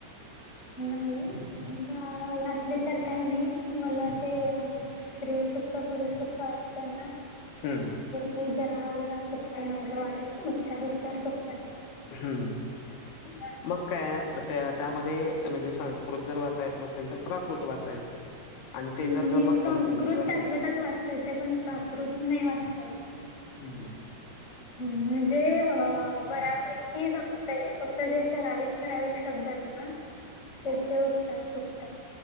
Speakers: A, on the left (about 25°); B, on the left (about 70°).
A: नाही यातले तर काही नाही मला ते यावं. स्त्री सक्ता पुरुष सत्ता असते ना.
B: हम्!
A: ते जरा जरा चुकत मा जव उच्चार उच्चार चुकतात.
B: हम्म!
A: <inaudible>
B: मग काय त्या त्यामध्ये म्हणजे संस्कृत जर वाचायला नसेल तर प्राकृत वाचायचं. आणि ते
A: नाही
B: जर जमत
A: संस्कृत
B: नसेल तर
A: त्यातल्या त्यात वाचता येत पण प्राकृत नाही वाचता येत.
B: हम् हम!
A: हम्म! म्हणजे अ बऱ्यापैकी जम क् फक्त जे ठराविक ठराविक शब्दात ना त्याचे उच्चार चुकतात.